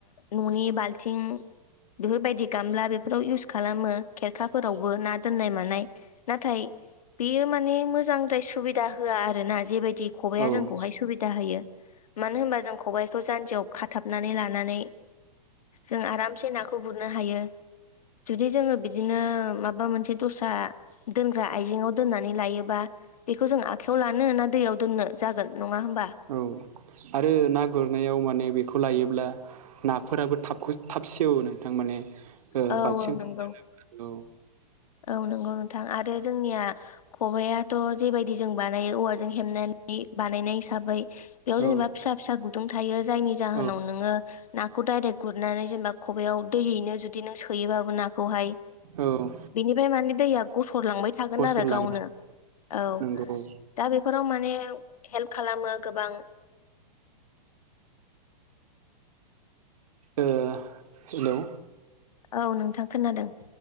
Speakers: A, on the left (about 75°); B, on the right (about 70°).
A: न'नि बाल्थिं। बेफोरबायदि गामला बेफोराव इउस खालामो खेरखाफोरावबो ना दोननाय मानाय नाथाय। बेयो माने मोजांद्राय सुबिदा होआ आरो ना जेबायदि। खबाइाया
B: औ औ
A: जोंखौहाय सुबिदा होयो मानो होनबा जों खबाय। बेखौ जान्जियाव खाथाबनानै लानानै जों आरामसे नाखौ गुरनो हायो। जुदि जोङो बिदिनो माबा मोनसे दस्रा दोनग्रा आइजेङाव दोननानै लायोबा। बेखौ जों आखाइायाव लानो ना दैयाव दोननो जागोन। नङा होमबा
B: औ आरो नागुर। रनायाव माने बेखौ लायोब्ला नाफोराबो थाब थाब सेवो नोंथां माने। ओ
A: औ
B: बाल्थिं
A: औ नंगौ।
B: औ
A: औ नंगौ नोंथां आरो जोंनिया खबायाथ' जेबायदि जों बानायो औवाजों हेबनानै। बानायनाय हिसाबै बेयाव
B: औ
A: जेनेबा फिसा फिसा गुदुं थायो जायनि जाहोनाव
B: औ
A: नोङो। नाखौ डाइरेक्ट गुरनानै जेनेबा खबाइयाव दैयैनो जुदि नों सोयोबाबो नाखौहाय।
B: औ
A: बेनिफ्राय माने दैया गसरलांबाय थागोन
B: गसरलाङो
A: आरो गावनो। औ
B: नंगौ औ
A: दा बेफोराव माने हेल्प खालामो गोबां।
B: ओ हेलौ।
A: औ नोंथां खोनादों।